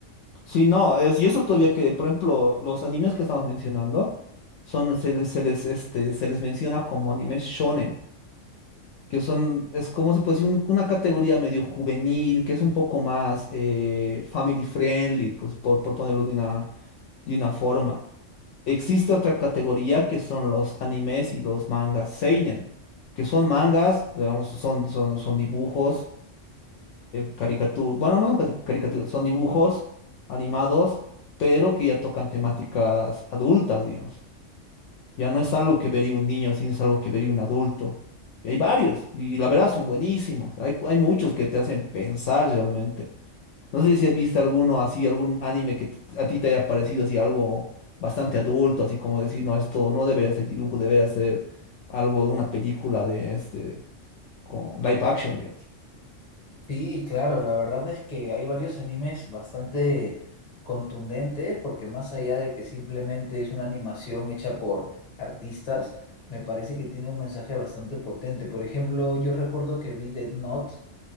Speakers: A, on the left; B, on the left.
A: Sí, no, es, y eso todavía que, por ejemplo, los animes que estamos mencionando son, se, les, se les, este, se les menciona como animes shonen, que son, es como se puede decir, Un- una categoría medio juvenil, que es un poco más eh, family friendly, pues por, por ponerlo de una, de una forma. Existe otra categoría que son los animes y los mangas seinen, que son mangas, digamos, son, son, son dibujos, caricaturas, bueno, no son cari- caricaturas, son dibujos animados, pero que ya tocan temáticas adultas, digamos. Ya no es algo que vería un niño, sino es algo que vería un adulto. Y hay varios, y la verdad son buenísimos. Hay, cu- hay muchos que te hacen pensar realmente. No sé si has visto alguno así, algún anime que t- a ti te haya parecido así algo bastante adulto, así como decir, no, esto no debería ser dibujo, debería ser algo, una película de este, con live action, digamos.
B: Sí, claro, la verdad es que hay varios animes bastante contundentes, porque más allá de que simplemente es una animación hecha por artistas, me parece que tiene un mensaje bastante potente. Por ejemplo, yo recuerdo que vi Death Note,